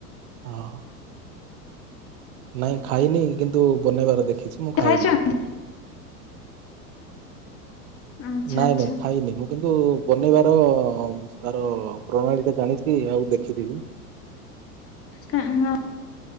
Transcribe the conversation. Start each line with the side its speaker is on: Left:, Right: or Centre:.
Right: ହଁ। ନାଇଁ ଖାଇନି। କିନ୍ତୁ ବନେଇବାର ଦେଖ। ଦେଖିଛି ମୁଁ ଖାଇନି।
Left: ଖାଇଛନ୍ତି? ଆଚ୍ଛା
Right: ନାଇଁ
Left: ଆଚ୍ଛା
Right: ନାଇଁ ଖାଇନିଁ ମୁଁ। କିନ୍ତୁ ବନେଇବାର ତାର। ପ୍ରଣାଳୀଟା ଜାଣିଛି ଆଉ ଦେଖ। ଖିରିିବି।
Left: ହଁ ହ